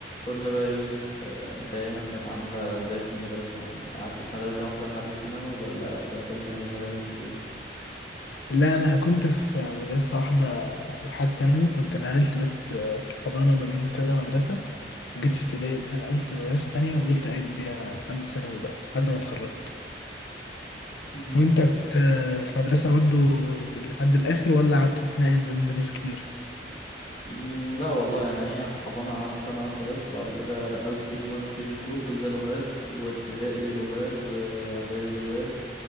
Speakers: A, on the left; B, on the left.
A: قول لي بقى يا يوسف آه، انت ايامك كانت عاملة ازاي في المدرسة يعني قعدت في مدرسة واحدة لحد ثانوي ولا بدلت ما بين مدارس كتير
B: لا انا كنت في مدرسه واحده لحد ثانوي كنت نقلت بس في الحضانه ما بين كذا مدرسه وجيت
A: مم.
B: في ابتدائي بقى نقلت مدرسه تانية وفضلت قاعد بيها لحد ثانوي بقى لحد ما اتخرجت
A: مم.
B: وانت كنت في مدرسه برضو لحد الاخر ولا قعدت تتنقل ما بين مدارس كتير
A: مم، لا والله انا هي حضانة قعدت سنة واحدة بس بعد كده دخلت كي جي 1 وكي جي 2 كل ده لغات وابتدائي لغات واعدادي لغات